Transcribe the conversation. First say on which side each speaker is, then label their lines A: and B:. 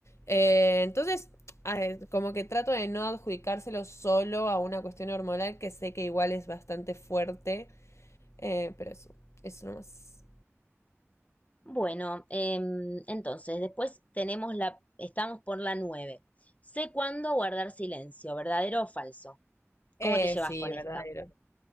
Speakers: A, on the left; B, on the left.
A: Eh, entonces, eh, como que trato de no adjudicárselo solo a una cuestión hormonal que sé que igual es bastante fuerte. Eh, pero eso, eso nomás.
B: Bueno, em, entonces después tenemos la, estamos por la 9. Sé cuándo guardar silencio, ¿verdadero o falso? ¿Cómo
A: Eh,
B: te llevas
A: sí,
B: con
A: verdadero.
B: esta?